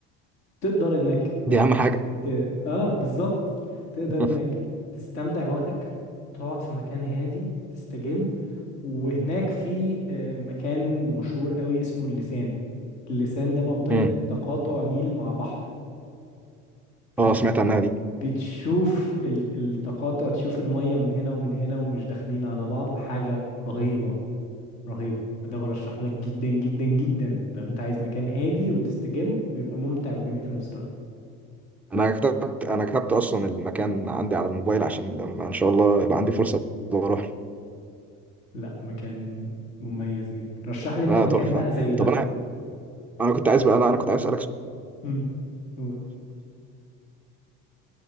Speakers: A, on the left; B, in the centre.
A: تقدر إنك
B: دي اهم حاجه
A: ت... آه بالظبط تقدر
B: <laughs>
A: إنك تستمتع بوقتك تقعد في مكان هادي تستجم وهناك في آه، مكان مشهور قوي اسمه اللسان اللسان ده منطقة
B: مم.
A: تقاطع نيل مع بحر فانت
B: اه سمعت عنها دي
A: بتشوف ال- التقاطع تشوف المية من هنا ومن هنا ومش داخلين على بعض حاجة رهيبة رهيبة فده برشحه لك جدا جدا جدا لو انت عايز مكان هادي وتستجم ويبقى ممتع وجميل في نفس الوقت
B: انا كتبت انا كتبت اصلا المكان عندي على الموبايل عشان لما ان شاء الله يبقى عندي فرصه واروح له.
A: لا مكان مميز جدا رشح لي انت
B: لا
A: مكان
B: تحفه
A: بقى زي ده
B: طب انا انا كنت عايز بقى لا انا كنت عايز
A: امم قول